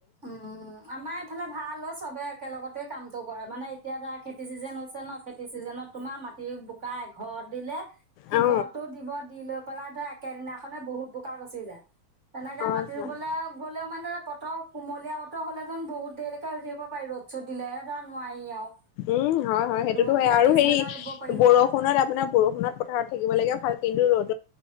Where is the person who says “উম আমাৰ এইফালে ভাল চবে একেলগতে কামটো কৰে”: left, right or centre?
Right